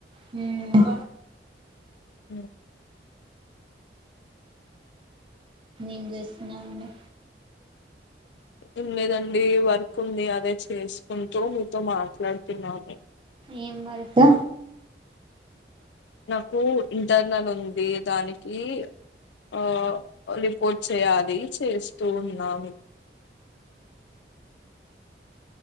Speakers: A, on the right; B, on the left.
A: మ్
B: మ్
A: ఎం చేస్తున్నారండి
B: ఎం లెదండి వర్క్ ఉంది అదే చేస్కుంటూ మీతో మాట్లాడ్తున్నాను
A: ఏం వర్కు
B: నాకు ఇంటర్నల్ ఉంది దానికీ ఆ లిపోర్ట్ చేయాలి చేస్ తు ఉన్నాను